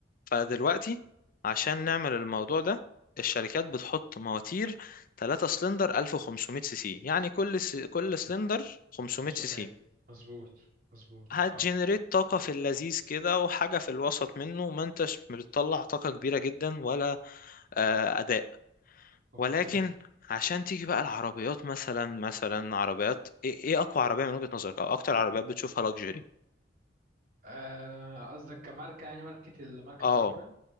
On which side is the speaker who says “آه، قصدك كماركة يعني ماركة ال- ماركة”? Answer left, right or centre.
Right